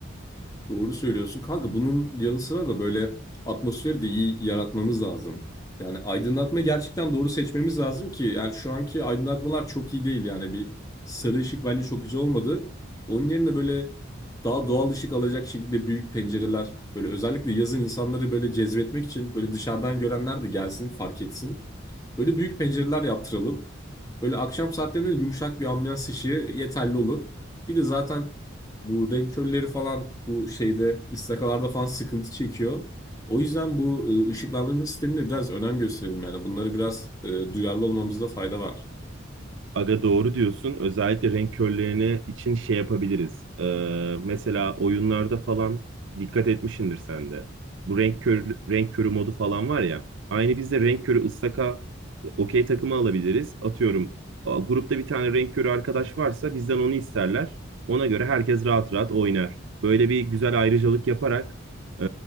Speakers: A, on the left; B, on the right.
A: Doğru söylüyorsun. Kanka bunun yanı sıra da böyle atmosferi de iyi yaratmamız lazım. Yani aydınlatma gerçekten doğru seçmemiz lazım ki yani şu anki aydınlatmalar çok iyi değil yani bir sarı ışık bence çok güzel olmadı. Onun yerine böyle daha doğal ışık alacak şekilde büyük pencereler böyle özellikle yazın insanları böyle cezbetmek için böyle dışarıdan görenler de gelsin fark etsin. Böyle büyük pencereler yaptıralım. Böyle akşam saatlerinde yumuşak bir ambiyans ışığı yeterli olur. Bir de zaten bu renk körleri falan bu şeyde istakalarda falan sıkıntı çekiyor. O yüzden bu e, ışıklandırma sistemine biraz önem gösterelim yani. Bunları biraz e, duyarlı olmamızda fayda var.
B: Aga doğru diyorsun. Özellikle renk körlerine için şey yapabiliriz. Ee, mesela oyunlarda falan dikkat etmişsindir sen de. Bu renk körü, renk körü modu falan var ya. Aynı biz de renk körü ıstaka e, okey takımı alabiliriz. Atıyorum a, grupta bir tane renk körü arkadaş varsa bizden onu isterler. Ona göre herkes rahat rahat oynar. Böyle bir güzel ayrıcalık yaparak e,